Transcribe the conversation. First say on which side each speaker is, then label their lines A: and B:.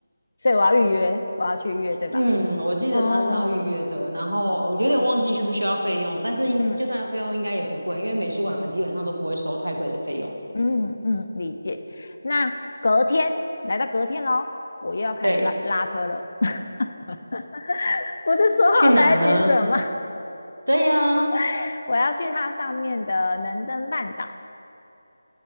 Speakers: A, on the left; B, on the right.
A: 所以我要预约，我要去预约，对吧？
B: 嗯，我记得他是要预约的，
A: 哦，
B: 然后呃有点忘记需不需要费用，但是应就算要费用应该也不贵，
A: 嗯
B: 因为美术馆基本上都不会收太贵的费用。
A: 嗯嗯，理解。那隔天来到隔天喽，我又要开始拉拉车了。
B: 对，
A: <laughs> 不是说好待在金泽吗？
B: 去哪呢？对呀，
A: <laughs> 我要去它上面的能登半岛。